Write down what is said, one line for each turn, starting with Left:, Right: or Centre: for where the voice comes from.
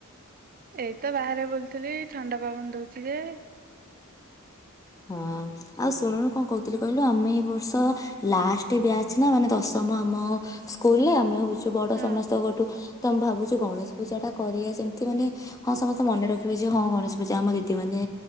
Right: ଏଇତ ବାହାରେ ବୁଲୁଥିଲି ଥଣ୍ଡା ପବନ ଦଉଛି ଯେ।
Left: ହଁ ଆଉ ଶୁଣୁନୁ କଣ କହୁଥିଲି କହିଲୁ ଆମେ ଏଇ ବର୍ଷ ଲାଷ୍ଟ ବ୍ୟାଚ ନା ମାନେ ଦଶମ ଆମ ସ୍କୁଲରେ ଆମେ ହଉଛୁ। କିୁ ବଡ
Right: ହଁ
Left: ସମସ୍ତଙ୍କଠୁ ତ ମୁଁ ଭାବୁଛି ଗଣେଶ ପୂଜା ଟା କରିବା ଯେମିତି ମାନେ ହଁ ସମସ୍ତେ ମନେ ରଖିବେ ଯେ ହଁ ଗଣେଶ ପୂଜା ଆମ ଦିଦି ମାନେ